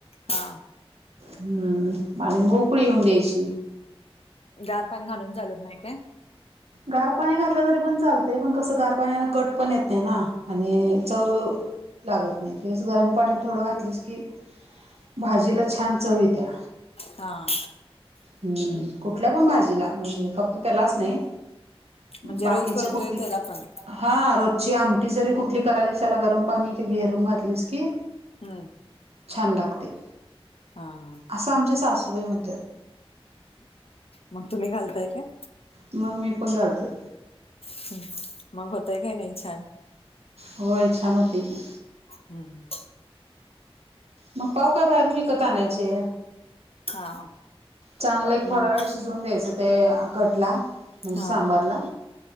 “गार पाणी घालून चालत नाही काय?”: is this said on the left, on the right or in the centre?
Left